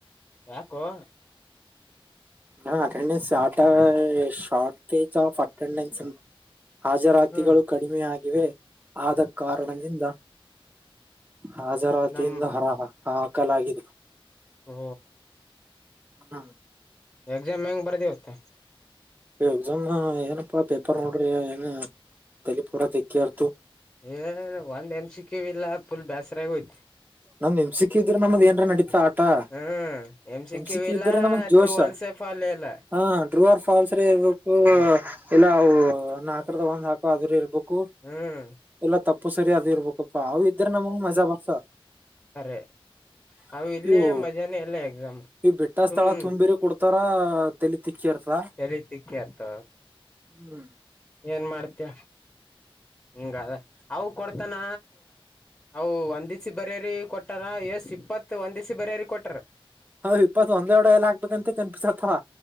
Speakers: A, on the left; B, on the right.
A: ಯಾಕೋ.
B: ಹಾ ಅಟೆಂಡೆನ್ಸ್ ಶಾರ್ಟೆ ಶಾರ್ಟೇಜ್ ಆಫ್ ಅಟೆಂಡೆನ್ಸ್ ಹಾಜರಾತಿಗಳು
A: ಹ್ಮ್
B: ಕಡಿಮೆಯಾಗಿವೆ ಆದ ಕಾರಣದಿಂದ ಹಾಜರಾತಿಯಿಂದ
A: ನಮ್
B: ಹರಾ ಹ ಹಾಕಲಗಾಗಿದೆ.
A: ಓ
B: ಹ.
A: ಎಕ್ಸಾಮ್ ಹೆಂಗ್ ಬರ್ದಿಯಪ್ಪ.
B: ಎಕ್ಸಾಮ್ ನ ಏನಪ್ಪಾ ಪೇಪರ್ ನೋಡ್ರಿ ಏನ ತೆಲಿ ಪೂರ ತೆಕೆರ್ತು.
A: ಏನ್ ಒಂದ್ ಎಂ ಸಿ ಕ್ಯೂ ಇಲ್ಲಾ ಫುಲ್ ಬೇಸರಾಗ ಹೋಯ್ತು.
B: ನಮ್ ಎಂ ಸಿ ಕ್ಯೂ ಇದ್ರ ನಮ್ಗ ಏನಾರ ನಡೀತಾ ತ್ತಾ
A: ಹ್ಮ್ ಎಮ್
B: ಎಂ ಸಿ ಕ್ಯೂ
A: ಇಲ್ಲ
B: ಇದ್ರ ನಮಗ್ ಜೋಶ್.
A: ಟ್ರೂ ಅಲ್ಸೆ ಫಾಲ್ ಇಲ್ಲ
B: ಹಾ ಟ್ರೂ ಆರ್ ಫಾಲ್ಸ್ ರ ಇರ್ಬೇಕು
A: ಹ್ಮ್
B: ಇಲ್ಲ ಅವು ನಾಕರ ದಾಗ ಒಂದ್ ಹಾಕೋವರ ಇರ್ಬೇ ಕೂ
A: ಹ್ಮ್
B: ಇಲ್ಲಾ ತಪ್ಪು ಸರಿ ಅದ್ ಇರ್ಬೇಕಪ್ಪಾ ಅವ ಇದ್ರ ನಮಗ್ ಮಜಾ ಬರ್ತ.
A: ಕರೆ.
B: <inaudible>
A: ಅವು ಇಲ್ಲೇ
B: ಇವು
A: ಮಜಾನೇ ಇಲ್ಲ ಎಕ್ಸಾಮ್.
B: ಈ ಬಿಟ್ಟ
A: ಸುಮ್
B: ಸ್ಥಳ ತುಂಬಿರಿ ಕೊಡ್ತಾರ ತೆಲಿ ತಿಕೇರ್ತ.
A: ತೆಲಿ ತಿಕೆರ್ತ.
B: ಹ್ಮ್.
A: ಏನ್ ಮಾಡ್ತಿ ಇಂಗ ಅವ ಕೊಡ್ತಾನ ಅವು ಒಂದಿಸಿ ಬರ್ಯರಿ ಕೊಟ್ಟಾರ ಯೇಸು ಇಪ್ಪತ್ ಒಂದಿಸಿ ಬರೆಯರಿ ಕೊಟ್ಟಾರ.
B: ಹೌ ಇಪ್ಪತ್ ಒಂದೆರಡೆ ಎಲ್ಲ ಹಾಕ್ಬೇಕಂತ ಕನ್ಫ್ಯೂಸ್ಯಾಗ್ತವ.